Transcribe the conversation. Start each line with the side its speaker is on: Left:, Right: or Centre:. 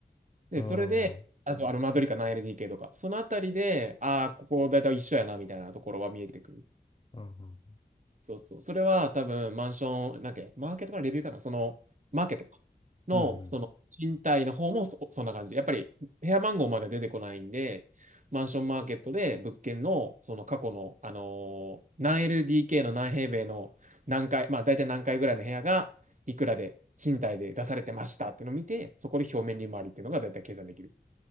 Right: で、
Left: うーん、
Right: それで、
Left: うん、
Right: あ、そう、あの、マドリカ何 l d k とか、そのあたりで、ああ、ここ大体一緒やな、みたいなところは見えてくる。
Left: うん、
Right: そうそう。それは多分、マンション、なんだっけ、マーケットかな、レビューかな、その、マーケットかの、
Left: うんうん。
Right: その、賃貸の方もそ、そんな感じ。やっぱり、部屋番号まで出てこないんで、マンションマーケットで物件の、その過去の、あのー何 LDK の何平米の何階、まあ大体何階ぐらいの部屋が、いくらで、賃貸で出されてましたってのを見て、そこで表面利回りっていうのが大体計算できる。